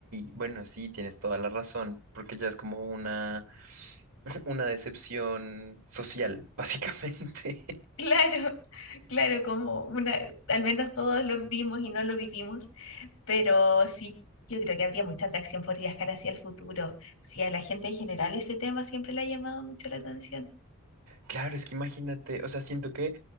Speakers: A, on the right; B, on the left.
A: bueno, sí, tienes toda la razón, porque ya es como una, <laughs> una decepción social, <laughs> básicamente.
B: Claro, <laughs> claro, como una, al menos todos lo vimos y no lo vivimos, pero sí, yo creo que habría mucha atracción por viajar hacia el futuro, si a la gente en general ese tema siempre le ha llamado mucho la atención.
A: Claro, es que imagínate, o sea, siento que,